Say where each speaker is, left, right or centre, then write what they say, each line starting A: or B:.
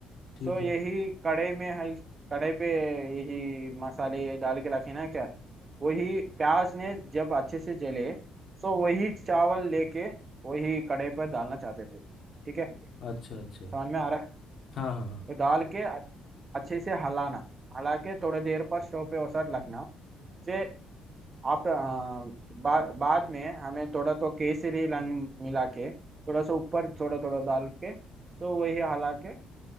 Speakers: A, on the left; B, on the right.
A: ठीक
B: सो
A: है
B: यही कड़े में है कड़े पे यही मसाले डाल के लखना क्या वही प्याज ने जब अच्छे से जले सो वही चावल लेके वही कड़े पर डालना चाहते थे ठीक है
A: अच्छा अच्छा
B: समझ में आ रहा है
A: हाँ हाँ हाँ
B: तो डाल के अच्छे से हलाना हला के थोड़ी देर पर स्टोव पे वसात रखना से आफ्टर बा, बाद में हमें थोड़ा तो केसरी रंग मिला के थोड़ा सा ऊपर थोड़ा थोड़ा डाल के सो वही हला के